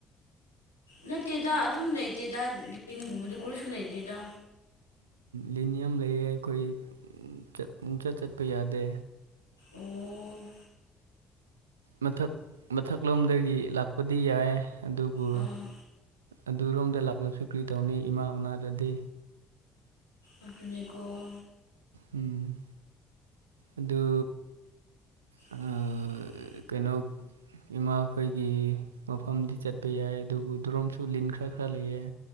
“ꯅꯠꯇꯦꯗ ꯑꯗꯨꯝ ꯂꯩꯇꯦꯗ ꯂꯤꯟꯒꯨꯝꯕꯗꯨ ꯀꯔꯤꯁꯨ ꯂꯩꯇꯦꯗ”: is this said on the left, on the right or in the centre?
Left